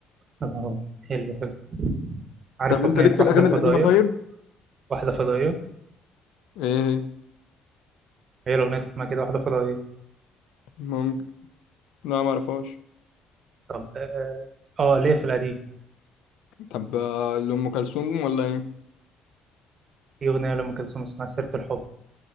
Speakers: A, on the right; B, on the left.
A: اه حلو حلو عارف
B: طب انت
A: اغنيه
B: ليك في
A: واحده
B: الاغاني
A: فضائيه
B: القديمة طيب
A: واحده فضائيه
B: ايه هي؟
A: هي الاغنيه اللي اسمها كده واحده فضائيه
B: ممكن لا ما اعرفهاش
A: طب اه آه، ليه في القديم
B: طب آه، لأم كلثوم ولا ايه
A: في اغنيه لام كلثوم اسمها سيره الحب